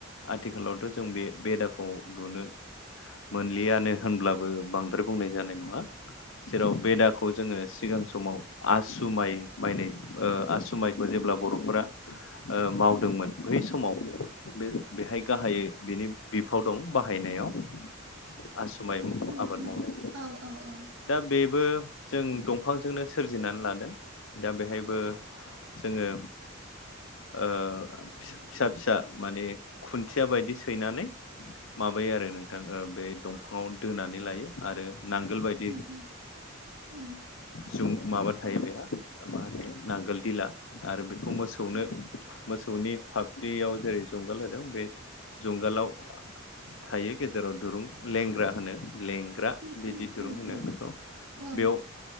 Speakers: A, on the left; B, on the right.
A: आथिखालावथ' जों बे बेदाखौ नुनो मोनलियानो होनब्लाबो बांद्राय बुंनाय जानाय नङा जेराव बेदा खौ जोङो सिगां समाव आसु माइ माइनाय ओ आसु माइखौ जेब्ला बर'फोरा ओ मावदोंमोन बै समाव बे बेहाय गाहायै बिनि बिफाव दं बाहायनायाव। आसु माइ
B: उम
A: आबाद
B: उम
A: मावनाय
B: औ औ औ
A: दा बेबो जों दंफांजोंनो सोरजिनानै लादों दा बेहायबो जोङो ओ फिसा फिसा माने खुनथिया बायदि सैनानै माबायो आरो नोंथां बे दंफाङाव दोनानै लायो आरो नांगोल बायदि
B: उम उम उम
A: जुम माबा थायो बेहा मा होनो नांगोल दिला आरो बेखौ मोसौ
B: उम
A: नो मोसौनि फाब्लियाव जेरै जुंगाल होदों बे जुंगालाव थायो गेजेराव दुरुं लेंग्रा होनो लेंग्रा
B: उम
A: बिदि
B: उम
A: दुरुं
B: उम
A: होनो
B: उम
A: बेखौ।
B: औ
A: बेयाव